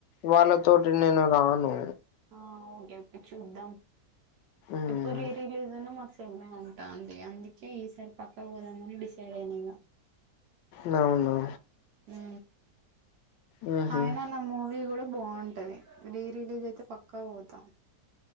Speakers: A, on the left; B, on the right.
A: వాళ్ళతోటి నేను రాను
B: ఆ ఓకే ఓకే చూద్దాం
A: మ్మ్
B: ఎప్పుడ్ రీ రిలీజున్న మ ఉంటుంది అందుకే ఈసారి పక్క పోదామని డిసైడ్ అయినా
A: నవునా
B: ఊ
A: మ్మ్ హ్మ్
B: అయినా నా మూవి గూడ బావుంటది రీ రిలీజయితే పక్కా పోతా